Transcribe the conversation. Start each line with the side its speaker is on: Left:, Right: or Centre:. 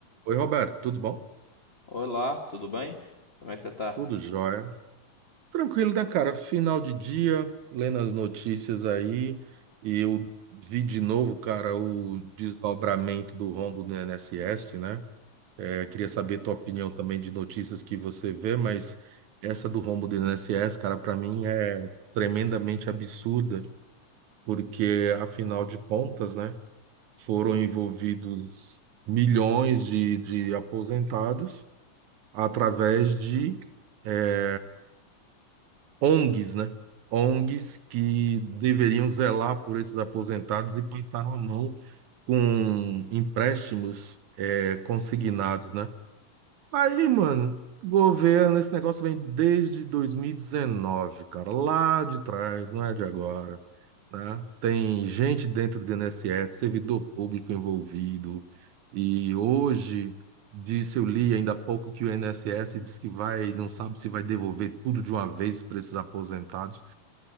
Right: Oi, Roberto, tudo bom?
Left: Olá, tudo bem? Como é que você tá?
Right: Tudo jóia. Tranquilo, né, cara? Final de dia, lendo as notícias aí, e eu vi de novo, cara, o desdobramento do rombo no INSS, né? É, Eu queria saber tua opinião também de notícias que você vê, mas essa do rombo do INSS, cara, pra mim é tremendamente absurda, porque afinal de contas, né, foram envolvidos milhões de, de aposentados através de é, ONGs, né? ONGs que deveriam zelar por esses aposentados e passaram a mão com empréstimos eh, consignados, né? Aí, mano, governo, esse negócio vem desde 2019, cara, lá de trás, não é de agora, né? Tem gente dentro do INSS, servidor público envolvido, e hoje, disse, eu li ainda há pouco que o INSS diz que vai, não sabe se vai devolver tudo de uma vez para esses aposentados.